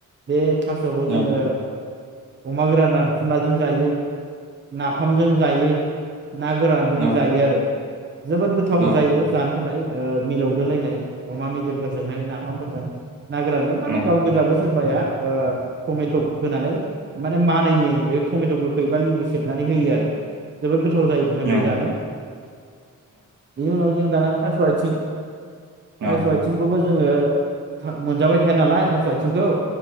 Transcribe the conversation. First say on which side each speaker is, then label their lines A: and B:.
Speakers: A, on the right; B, on the right.
A: बे थास'खौ
B: न
A: जोङो अमा ग्रान ों जायो नाफामजों जायो ना गोरानजों
B: न
A: जायो आरो जोबोद गोथाव
B: न
A: जायो जानो थाखाय ओ मिलौदोलायनाय अमा मेजेमफोरजोंहाय नाफामफोरजों नागोरानजों माने
B: न
A: गाव गोजाबो सोरबाया ओ टमेथ होनानै माने मानैहोयो <unintelligible> टमेट' गोखै एबा लिबु सेबनानै होयो आरो जोबोद गोथाव जायो नोंथां
B: न
A: बे जानो बेनि उनाव जों दाना थास' आइथिं
B: न
A: थास' आइथिंखौबो जो ओङो मोनजाबाय थाया नालाय थास' आइथिंखौ